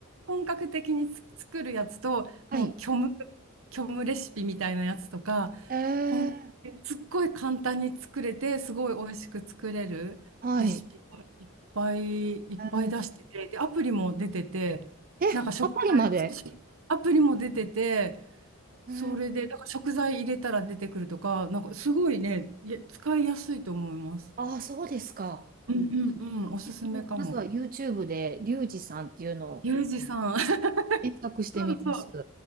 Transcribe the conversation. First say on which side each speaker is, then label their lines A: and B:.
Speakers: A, on the right; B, on the right.
A: 本格的につ作るやつと、
B: はい。
A: もう虚無、虚無レシピみたいなやつとか、
B: えー、
A: ほん、すっごい簡単に作れて、すごい美味しく作れるレシピがいっぱいいっぱい出してて、
B: はい。えー、
A: で、アプリも出てて、
B: え、
A: なんか食材、
B: アプリまで。
A: アプリも出てて、それで、
B: えー、
A: なんか食材入れたら出てくるとか、なんかすごいね、いや使いやすいと思います。
B: ああ、そうですか。
A: うんうんうん、おすすめかも。
B: ですねまずは YouTube で、リュウジさんっていうのを
A: ユージさん。<laughs>
B: 検索してみます。
A: そうそう。